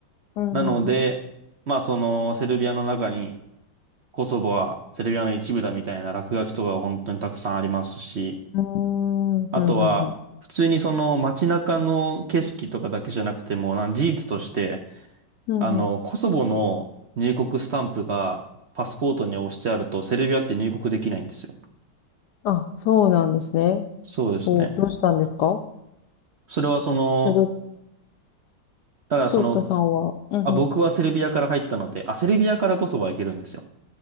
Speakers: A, on the left; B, on the right.
A: うんうん
B: なので、まあそのセルビアの中にコソボはセルビアの一部だみたいな落書きとかが本当にたくさんありますし、
A: うん。うん。
B: あとは普通にその街中の景色とかだけじゃなくても、
A: うんうんうん。
B: なん事実として、
A: うん
B: あの、コソボの入国スタンプがパスポートに押してあるとセルビアって入国できないんですよ。
A: あ、そうなんですね。
B: そうですね。
A: そう、どうしたんですか
B: それはその、
A: で、どど、
B: だからその、
A: 翔太さんは、うんうん。
B: あ、僕はセルビアから入ったので、あ、セルビアからコソボは行けるんですよ。